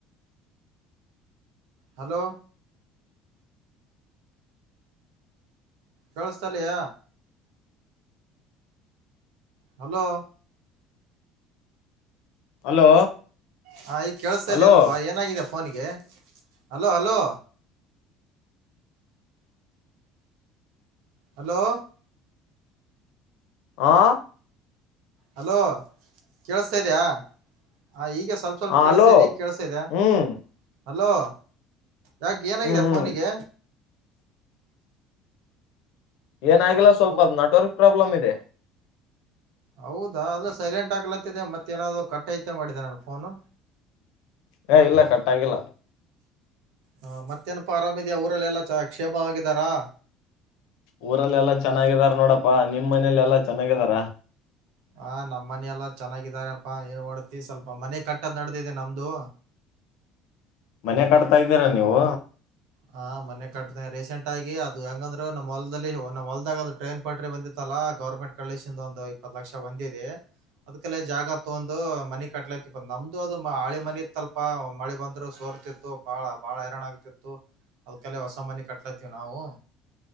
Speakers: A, on the right (about 75°); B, on the left (about 70°).
A: ಹಲೋ ಕೇಳಿಸತಲಯ ಹಲೋ
B: ಹಲೋ
A: ಹಾ ಈಗ ಕೇಳಿಸತಾ
B: ಹಲೋ
A: ಇದಲ್ಲಪ್ಪಾ ಏನಾಗಿದೆ ಫೋನ್ಗೆ hello hello hello
B: hello
A: hello ಕೇಳಸ್ತಾ ಇದ್ಯಾ ಹಾ ಈಗ ಸ್ವಲ್ಪ ಸ್ವಲ್ಪ
B: ಹ ಹಲೋ
A: ಕೆೇಳಸಿದೆ ಈಗ ಕೇಳಿಸಿದೆ
B: ಹ್ಮ್
A: ಹಲೋ ಯಾಕೆ ಏನಾಗಿದೆ
B: ಹ್ಮ್ ಹ್ಮ್
A: ಫೋನಿಗೆ
B: ಏನಾಗಿಲ್ಲ ಸ್ವಲ್ಪ
A: ಫೋ
B: ಅ್ ನೆಟ್ವರ್ಕ್ ಪ್ರಾಬ್ಲಮ್ ಇದೆ
A: ಹೌದಾ ಅದು ಸೈಲೆಂಟ್ ಆಗ್ಲತ್ತಿದೆ ಮತ್ತೇಏನಾದ್ರು ಕಟ್ಟೈತೆ ಮಾಡಿದೆ ನಾನು ಫೋನು
B: ಹ ಇಲ್ಲ ಕಟ್ಟ ಆಾಗಿಲ್ಲ
A: ಹ ಮತ್ತೇನಪ್ಪಾ ಆರಾಮಿದೆಯಾ ಅವಊರಲ್ಲೆಲ್ಲಾ ಚ ಕ್ಷೇಮವಾಗಿದ್ದಾರಾ
B: ಊರಲ್ಲ ಎಲ್ಲಾ ಚೆನ್ನಾಗಿದಾರ ನೋಡಪ್ಪಾ ನಿಮ್ ಮನೇಲಿ ಎಲ್ಲಾ ಚೆನ್ನಾಗಿದಾರ
A: ಹ ನಮ್ಮ್ ಮನ ಎಲ್ಲಾ ಚೆನ್ನಾಗಿದಾರಪ್ಪಾ ಏನ್ ಮಾಡಡತಿ ಸ್ವಲ್ಪ ಮನೆ ಕಟ್ಟದ್ ನಡ್ದಿದೆ ನಮ್ದು
B: ಮನೆ ಕಡ್ತಾ ಇದ್ದೀರಾ ನೀವು
A: ಹ ಮನೆ ಕಟ್ಟಿದೆ ರೀಸೆಂಟ್ ಆಗಿ ಅದು ಹೆಂಗಂದ್ರು ನಮ್ಮ್ ಹೊಲ್ದಲ್ಲಿ ನಮ್ಮ ಹೊಲ್ದಾಗ ಅ ಟ್ರೈನ್ ಪಟ್ರಿ ಬಂದಿತ್ತಲ್ಲಾ ಗೌರ್ಮೆಂಟ್ ಕಳಿಸಿಂದ ಒಂದು ಇಪ್ಪತ್ತು ಲಕ್ಷ ಒಂದಿದೆ ಅದ್ಕಲ್ಲ ಜಾಗ ತಗೊಂಡು ಮನಿ ಕಟ್ಲತಿಪ್ಪ ನಮ್ದು ಅದು ಹಳೆ ಮನಿತ್ಲ್ಪ ಮಳೆ ಬಂದ್ರು ಸೋ ಬರ್ತಿತ್ತು ಬಾಳ ಬಾಳ ಹರರಣ ಆಗ್ತಿತ್ತು ಹೊಸ ಮನೆ ಕಟ್ಲತಿವಿ ನಾವು